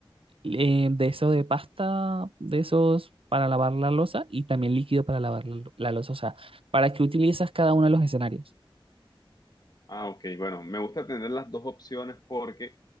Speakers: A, on the right (about 75°); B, on the left (about 45°).
A: eh, de eso de pasta, de esos para lavar la loza y también líquido para lavar la, lo- la loza? O sea, ¿para qué utilizas cada uno de los escenarios?
B: Ah, ok, bueno, me gusta tener las dos opciones porque